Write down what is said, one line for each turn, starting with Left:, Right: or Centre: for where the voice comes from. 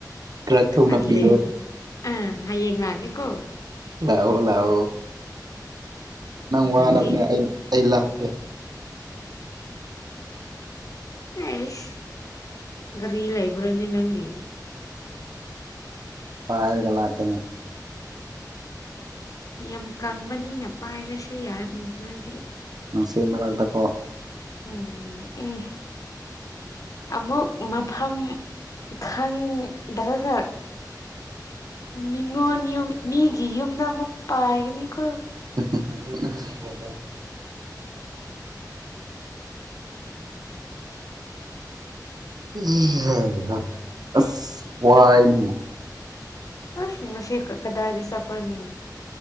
Right: ꯈꯔꯛ ꯊꯨꯅ
Left: ꯑꯗꯨꯂꯦ
Right: ꯄꯤꯔꯣ
Left: ꯑꯥ ꯍꯌꯦꯡ ꯂꯥꯛꯀꯦꯀꯣ
Right: ꯂꯥꯛꯑꯣ ꯂꯥꯛꯑꯣ ꯅꯪ
Left: ꯂꯥꯛꯀꯦ
Right: ꯋꯥꯅꯕꯅꯦ ꯑꯩ ꯑꯩ ꯂꯥꯛꯀꯦ
Left: ꯑꯦꯁ ꯒ꯭꯭ꯥꯔꯤ ꯂꯩꯥꯕ꯭ꯔꯅꯦ ꯅꯪꯒꯤ
Right: ꯄꯥꯥꯏꯔꯒ ꯂꯥꯛꯀꯦꯅꯦ
Left: ꯌꯥꯝ ꯀꯪꯕꯅꯤꯅ ꯄꯥꯏꯔꯁꯨ ꯌꯥ ꯅꯣꯏꯗꯤ
Right: ꯅꯨꯡꯁꯤꯠ ꯃꯔꯛꯇꯀꯣ
Left: ꯎꯝ ꯎꯝ ꯑꯃꯨꯛ ꯃꯐꯝ ꯈꯪꯗ꯭ꯔꯒ ꯃꯤꯉꯣꯟ ꯌꯨꯝ ꯃꯤꯒꯤ ꯌꯨꯝꯗ ꯑꯃꯨꯛ ꯄꯥꯏꯒꯅꯤꯀꯣ
Right: <unintelligible> <unintelligible> ꯍꯩ ꯍꯥ ꯑꯁ ꯋꯥꯏꯅꯦ
Left: ꯑꯁ ꯉꯁꯤ ꯀꯗꯥꯏꯗꯥ ꯆꯠꯄ꯭ꯔꯥꯅꯦ